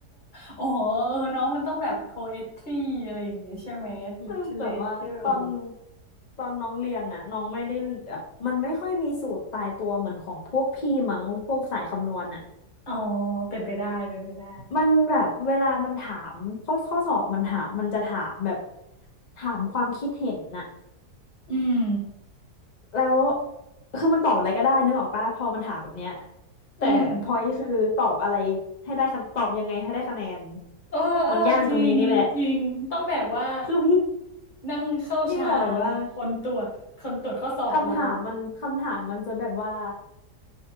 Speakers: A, on the left; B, on the left.
A: โอ้โหเออเนาะมันต้องแบบ poetry อะไรอย่างเงี้ยใช่ไหม
B: เออ
A: literature
B: <laughs> แบบว่าตอน
A: โอ้โห
B: ตอนน้องเรียนน่ะน้องไม่ได้แบบมันไม่ค่อยมีสูตรตายตัวเหมือนของพวกพี่มั้งพวกสายคำนวณน่ะ
A: อ๋อเป็นไปได้เป็นไปได้
B: มันแบบเวลามันถามข้อข้อสอบมันถามมันจะถามแบบถามความคิดเห็นน่ะ
A: อืม
B: แล้วคือมันตอบอะไรก็ได้นึกออกปะพอมันถามแบบเนี้ยแต่พอยคือตอบอะไร
A: อืม
B: ให้ได้คะตอบยังไงให้ได้คะแนน
A: เออเออจริงจริงต้องแบบว่า
B: มันยากตรงนี้นี่แหละ คือพี่
A: นั่งเข้าฌานคนตรวจคนตรวจข้อสอบเราอะ
B: พี่แบบว่าคำถามมันคำถามมันจะแบบว่า